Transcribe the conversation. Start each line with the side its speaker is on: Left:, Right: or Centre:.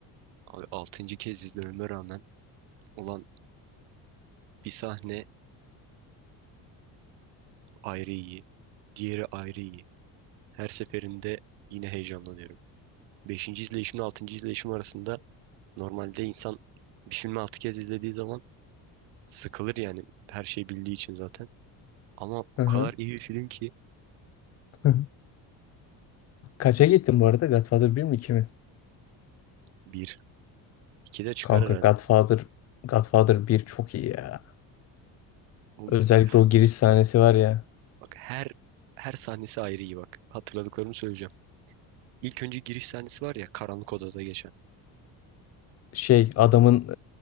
Right: Abi 6. kez izlememe rağmen ulan bir sahne ayrı iyi. Diğeri ayrı iyi. Her seferinde yine heyecanlanıyorum. Beşinci izleyişimle altıncı izleyişim arasında normalde insan bir filmi 6 kez izlediği zaman sıkılır yani her şeyi bildiği için zaten. Ama o
Left: Hı
Right: kadar
Left: hı.
Right: iyi bir film ki
Left: <laughs> Kaça gittin bu arada? Godfather bir mi 2 mi?
Right: Bir. İki de çıkar
Left: Kanka
Right: herhalde.
Left: Godfather Godfather bir çok iyi ya.
Right: Oğlum
Left: Özellikle
Right: Bak
Left: o giriş sahnesi var ya.
Right: bak her her sahnesi ayrı iyi bak. Hatırladıklarımı söyleyeceğim. İlk önce giriş sahnesi var ya karanlık odada geçen.
Left: Şey adamın